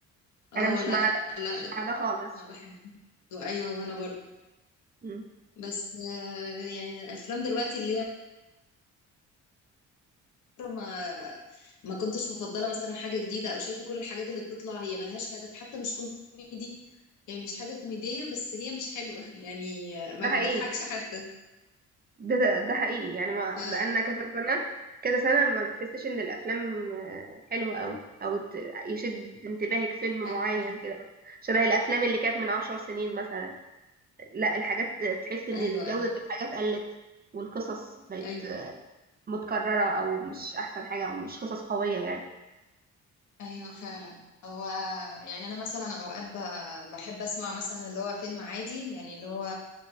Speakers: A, on the left; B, on the right.
A: اه
B: انا مش
A: لا
B: مع ده
A: لا
B: مش مع ده خالص
A: ما بحبش ايوه وانا برضو
B: مم.
A: بس آه، يعني الافلام دلوقتي اللي هي ما ما كنتش مفضله مثلا حاجه جديده او شايفه كل الحاجات اللي بتطلع هي ملهاش هدف حتى مش كوميدي يعني مش حاجه كوميديه بس هي مش حلوه <laughs> يعني ما
B: ده حقيقي
A: بتضحكش حتى
B: ده ده حقيقي يعني ما
A: ف
B: بقالنا كذا سنة كذا سنة ما بتحسش ان الافلام آه، حلوة اوي او ت- يشد انتباهك فيلم معين
A: ايوه
B: كده شبه الافلام اللي كانت من عشر سنين مثلا لا الحاجات تحس ان
A: ايوه ايوه
B: جودة الحاجات قلت والقصص بقت
A: ايوه
B: متكررة او مش احسن حاجة او مش قصص قوية يعني
A: ايوه فعلا هو يعني انا مثلا اوقات ب- بحب اسمع مثلا اللي هو فيلم عادي يعني اللي هو